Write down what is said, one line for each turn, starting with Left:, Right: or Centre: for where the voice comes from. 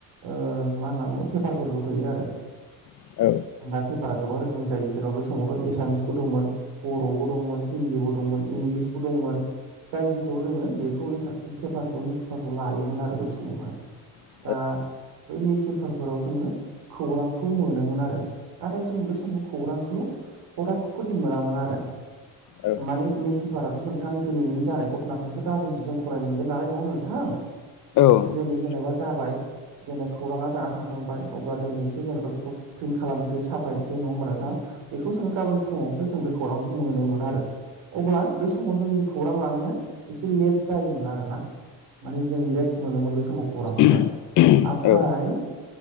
Right: ओ मा होनना बुङो पेफारफोरखौ हैयो आरो।
Left: नोंथां
Right: दा पेपारा गोबां रोखोमनि जायो जेनेबा बै समावथ' एसामिसबो दंमोन। बर'बो दंमोन हिन्दीबो दंमोन इंलिसबो दंमोन। जाय जेखौ रोङो बेखौ इन्था पेपारखौ निउसपेपारखौ लायोमोन आरो बै समावहाय।
Left: औ
Right: दा बै निउस पेपारफोराव जोङो खौरांखौ मोनोमोन आरो नाथाय जों बे समाव खौरांखौ हथाद खुरि मोनामोन आरो।
Left: औ नोंथां औ
Right: माने निउस पेपाराथ' नोंथां दिनैनि जानाय घटनाखौसो गाबोनसो जों फरायनो मोनगोन नालाय नङा होमब्ला नोंथां
Left: औ नोंथां
Right: दिनै जेनेबा जाबाय जेन' खौराङा जाना थांखांबाय अब्ला दिनैसो जेनेबा बेखौ प्रिन्ट खालामनोसै साफायनोसै नङा होमबा नोंथां? बेखौ जोङो गाबोन फुङावसो जों बे खौरांखौ मोनोमोन आरो। अब्ला बै समाव जोंनि खौरां लानाया एसे लेट जायोमोन आरोना। माने जों लेट मोनोमोन बै समाव खौरांखौहाय
Left: औ
Right: आमफाय